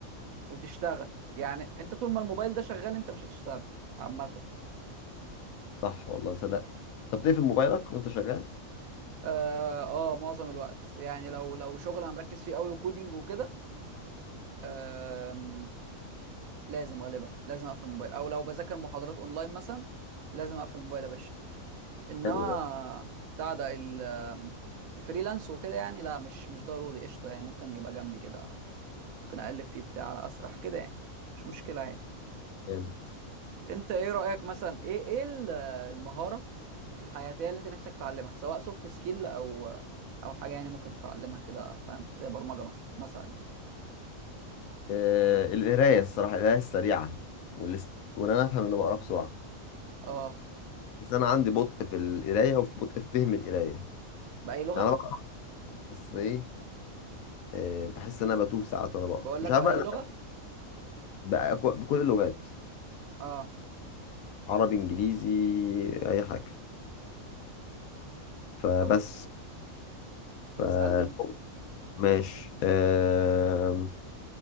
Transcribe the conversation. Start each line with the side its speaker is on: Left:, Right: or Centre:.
Right: وتشتغل يعني انت طول ما الموبايل ده شغال انت مش هتشتغل عامه
Left: صح والله صدقت طب تقفل موبايلك وانت شغال
Right: اه آه، معظم الوقت يعني لو لو شغل انا مركز فيه قوي وكودينج وكده آم، لازم غالبا لازم اقفل الموبايل او لو بذاكر محاضرات اونلاين مثلا لازم اقفل الموبايل يا باشا انما
Left: حلو ده
Right: بتاع ده ال- آم، الفريلانس وكده يعني لا مش مش ضروري قشطه يعني ممكن يبقى جنبي كده ممكن اقلب فيه بتاع على اسرح كده يعني مش مشكله عادي
Left: جامد.
Right: انت ايه رأيك مثلا ايه ايه ال- المهارة الحياتية اللي انت نفسك تتعلمها سواء سوفت سكيل او او حاجة يعني ممكن تتعلمها كده فاهم زي برمجة مثلا مثلا يعني
Left: آه القراية الصراحة القراية السريعة والست وان انا افهم اللي بقراه بسرعة
Right: اه
Left: بس انا عندي بطء في القرايه وفي بطء في فهم القرايه يعني
Right: بأي لغة
Left: انا بقرا بس ايه آه، بحس ان انا بتوه ساعات وانا بقرا
Right: بقول
Left: مش
Right: لك
Left: عارف
Right: بأي
Left: بقى أنا
Right: لغة
Left: بقى كو- بكل اللغات
Right: اه
Left: عربي انجليزي اي حاجه فبس
Right: طب طب
Left: ف
Right: اسألني انت
Left: ماشي آم،